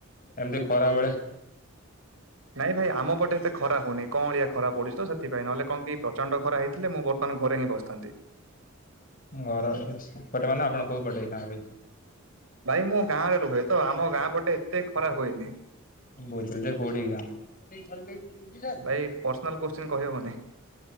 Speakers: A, on the left (about 40°); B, on the right (about 80°).
A: ଏମିତି ଖରା ବେଳେ
B: ନାଇଁ ଭାଇ ଆମ ପଟେ ଏତେ ଖରା ହଉନି। କଅଳିଆ ଖରା ପଡୁଛି ତ ସେଥିପାଇଁ। ନହେଲେ କଣ କି ପ୍ରଚଣ୍ଡ ଖରା ହେଇଥିଲେ ମୁଁ ବର୍ତ୍ତମାନ ଘରେ ହିଁ ବସିଥାନ୍ତି।
A: ଘର ସେପଟେ ମାନେ ଆପଣ କୋଉ ପଟେ ଯାଇଥାନ୍ତେ?
B: ଭାଇ ମୁଁ ଗାଁ ରେ ରୁହେ ତ, ଆମ ଗାଁ ପଟେ ଏତେ ଖରା ହୁଏନି।
A: ବୋଝିଲି ଯେ କୋଉଠି ଗାଁ?
B: ଭାଇ ପର୍ସନାଲ କୋତ୍ସିନ୍ କହିହବନି।